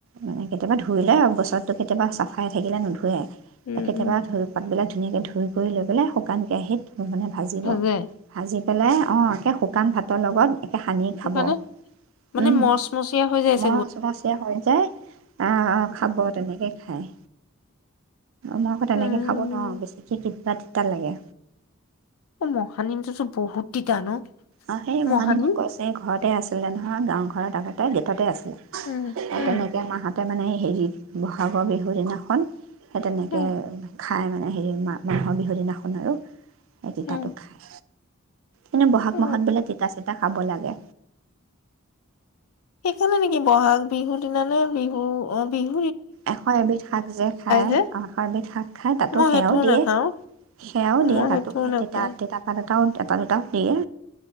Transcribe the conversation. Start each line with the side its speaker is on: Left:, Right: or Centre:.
Right: মানে কেতিয়াবা ধুই লই আৰু। বছৰটো কেতিয়াবা চাফাই থাকিলে নোধোৱে।
Left: উম
Right: কেতিয়াবা
Left: উম
Right: ধৰি পাতবিলাক ধুনীয়াকৈ ধুই কৰি লৈ পেলাই শুকান কেৰাহীত। মানে ভাজিব
Left: ভাজে
Right: ভাজি পেলাই অঁ একে শুকান ভাতৰ লগত। একে সানি খাব
Left: মানে, মানে
Right: উম
Left: মচমচীয়া হৈ যায়যে।
Right: মচমচীয়া হৈ যায় অ' খাব তেনেকে খায়। মই আকৌ তেনেকে
Left: উম
Right: খাব নোৱাৰো বেছিকে কিবা তিতা লাগে।
Left: অ' মহানিমটোটো বহুত তিতা ন।
Right: অ' সেই মহানীমৰ
Left: মহানিম
Right: গছ সেই ঘৰতে আছিলে নহয় গাঁও। ঘৰত আগতে গেটতে আছে।
Left: উম
Right: আৰু
Left: উম
Right: তেনেকে মা হ'তে মানে হেৰি বহাগৰ বিহুৰ দিনাখন। সেই তেনেকে,
Left: উম
Right: খাই মানে হেৰি মানুহৰ বিহুৰ দিনাখন আৰু। সেই তিতাতো
Left: উম
Right: খায়। এনে বহাগ
Left: অ
Right: মাহত বোলে তিতা চিতা খাব লাগে।
Left: সেইকাৰণে নেকি বহাগ বিহুৰ দিনানে বিহু অ', বিহু
Right: এশ এবিধ শাক যে খায়
Left: যে
Right: এশ এবিধ শাক খায় তাতো
Left: মই
Right: সেয়াও
Left: সেইটোও
Right: দিয়ে
Left: নাখাও
Right: সেয়াও দিয়ে
Left: মই
Right: তাতো
Left: সেইটোও
Right: সেই
Left: নাখাও
Right: তিতা তিতা পাত এটাও এটা দুটা দিয়ে।